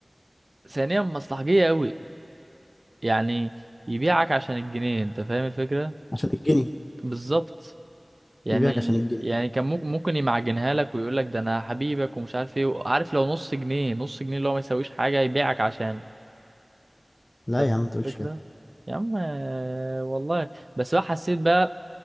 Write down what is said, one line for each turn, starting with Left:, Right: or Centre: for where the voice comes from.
Right: ثانيا مصلحجيه قوي يعني يبيعك عشان الجنيه انت فاهم الفكره
Left: عشان الجنيه
Right: بالظبط يعني
Left: يبيعك عشان الجنيه
Right: يعني كان ممكن ممكن يمعجنها لك ويقول لك ده انا حبيبك ومش عارف ايه عارف لو نص جنيه نص جنيه اللي هو ما يساويش حاجه يبيعك عشانه
Left: لا
Right: انت
Left: يا
Right: فاهم
Left: عم ما تقولش
Right: الفكره
Left: كده
Right: يا عم آه، والله بس بقى حسيت بقى